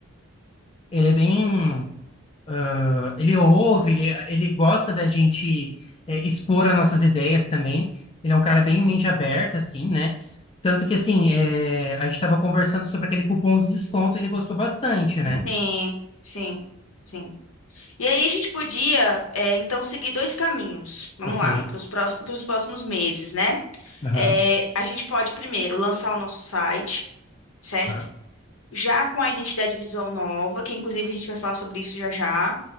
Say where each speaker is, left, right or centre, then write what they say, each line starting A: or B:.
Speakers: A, on the left (about 25°); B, on the left (about 75°).
A: ele é bem, ah, ele ouve, ele, ele gosta da gente eh, expor as nossas ideias também. Ele é um cara bem mente aberta, assim, né? Tanto que, assim, eh, a gente estava conversando sobre aquele cupom de desconto, ele gostou bastante, né?
B: Sim, sim, sim. E aí a gente podia, é, então, seguir dois caminhos, vamos
A: Ok,
B: lá, para os próximos, para os próximos meses, né?
A: aham,
B: É, a gente pode, primeiro, lançar o nosso site, certo?
A: tá,
B: Já com a identidade visual nova, que inclusive a gente vai falar sobre isso já já.